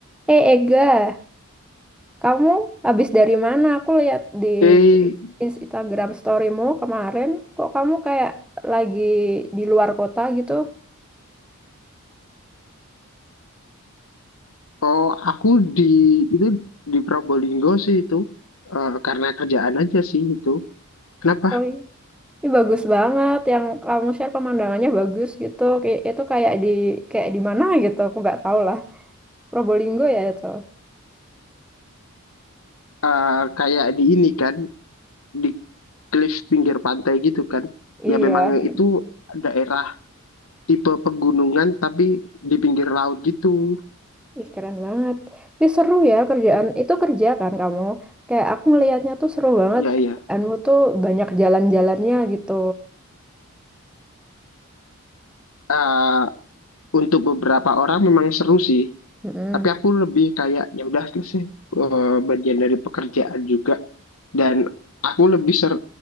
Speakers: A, in the centre; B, on the left (about 70°).
A: Eh, Ega, kamu habis dari mana? Aku lihat di
B: Eh,
A: Instagram storymu kemarin, kok kamu kayak lagi di luar kota gitu?
B: oh aku di itu di Probolinggo sih itu Eh, karena kerjaan aja sih itu. Kenapa?
A: Oh iya. Ini bagus banget, yang kamu share pemandangannya bagus gitu. Kayak itu kayak di kayak di mana gitu? Aku nggak tahu lah. Probolinggo ya itu.
B: Eh, kayak di ini kan di cliff pinggir pantai gitu kan.
A: Iya.
B: Ya memang itu daerah tipe pegunungan tapi di pinggir laut gitu.
A: Ih keren banget. Tapi seru ya kerjaan. Itu kerja kan kamu? Kayak aku ngelihatnya tuh seru banget.
B: Iya iya.
A: Kerjaanmu tuh banyak jalan-jalannya gitu.
B: Eh, untuk beberapa orang memang seru sih.
A: Mm-mm.
B: Tapi aku lebih kayak ya udah selesai eh, bagian dari pekerjaan juga dan aku lebih ser